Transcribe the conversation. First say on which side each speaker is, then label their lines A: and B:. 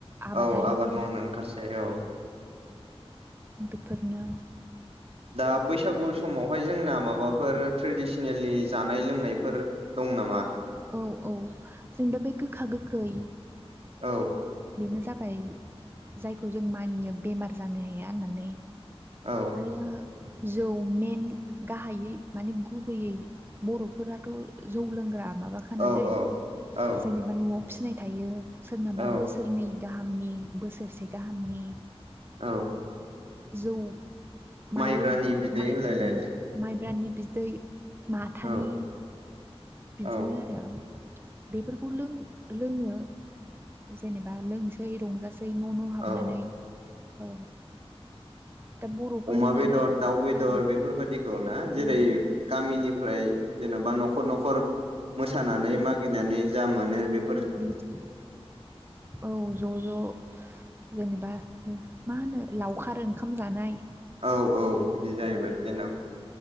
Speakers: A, on the right; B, on the right.
A: आबादारिफोरा
B: औ आबाद मावनो ओंखारसै औ
A: बेफोरनो
B: दा बैसागु समावहाय जोंना माबाफोर ट्रेडिसनेलि जानाय लोंनायफोर दं। दं नामा?
A: औ औ जोंबा बे गोखा गोखै
B: औ
A: बेनो जाबाय जायखौ जों मानियो बेमार जानो हाया होननानै
B: औ
A: आरो जौ मेन गाहायै माने गुबैयै बर'फोराथ' जौ लोंग्रा माबाखा
B: औ
A: नालाय
B: औ
A: जेनेबा न'आव फिसिनाय थायो सोरनाबा
B: औ
A: बोस नै गाहामनि बोसोरसे गाहामनि
B: औ।
A: जौ माइरं
B: माइब्रानि बिदै
A: मायबुं
B: होनलायलायनाय
A: माइब्रानि बिदै माथानि
B: औ
A: बिदिनो
B: औ
A: आरो। बेफोरखौ लों लोङो जेनेबा लोंसै रंजासै दै न' न' हाबनानै
B: औ
A: औ। दा बर'फोरनि
B: अमा बेदर
A: नालाय
B: दाउ बेदर
A: औ
B: बेफोरबायदिखौ ना जेरै
A: औ
B: गामिनिफ्राय जेनेबा न'खर न'खर मोसानानै मागिनानै जा मोन बे
A: बेजों औ ज' ज' जेनेबा ओ मा होनो लावखार ओंखाम जानाय।
B: औ औ बिदि जाहैबाय
A: औ
B: जेनेबा।